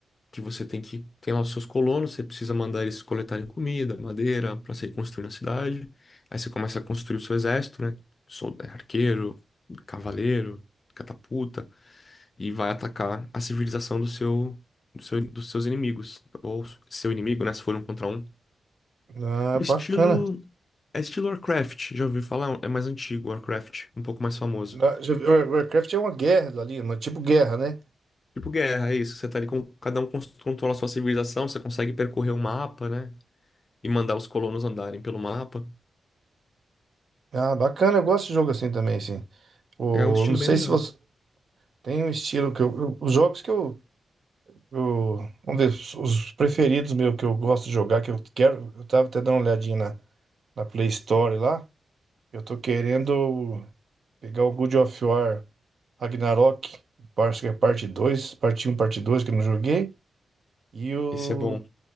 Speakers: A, on the left; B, on the right.
A: que você tem que tem lá os seus colonos, você precisa mandar eles coletarem comida, madeira, para você ir construindo a cidade. Aí você começa a construir o seu exército, né? Sol- é, Arqueiro, cavaleiro, catapulta, e vai atacar a civilização do seu, do seu- dos seus inimigos. Ou seu inimigo, né? Se for um contra um.
B: Ah,
A: No estilo.
B: bacana.
A: É estilo Warcraft, já ouvi falar? É mais antigo, Warcraft, um pouco mais famoso.
B: Na- já vi- Warcraft é uma guerra ali, uma tipo guerra, né?
A: Tipo guerra, é isso. Você tá ali com. Cada um cons- controla a sua civilização, você consegue percorrer o mapa, né? E mandar os colonos andarem pelo mapa.
B: Ah, bacana, eu gosto de jogo assim também, assim. O,
A: É um estilo
B: não sei
A: bem legal.
B: se você tem um estilo que eu, eu- os jogos que eu, eu- vamos ver, os os preferidos meu que eu gosto de jogar, que eu quero, eu tava até dando uma olhadinha na, na Play Store lá. Eu tô querendo pegar o God of War Ragnarok, parte, é parte 2, parte um, parte 2 que eu não joguei, e o
A: Esse é bom.